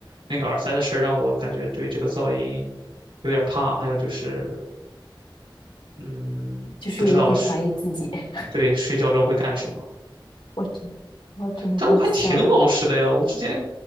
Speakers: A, on the right; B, on the left.
A: 那个耳塞的事儿让我感觉对这个噪音有点儿怕，还有就是，嗯，
B: 就是有一点怀疑自己。
A: 不知道睡
B: <laughs>
A: 对睡觉中会干什么。
B: 我真我真的会笑啊，
A: 但我还挺老实的呀，我之前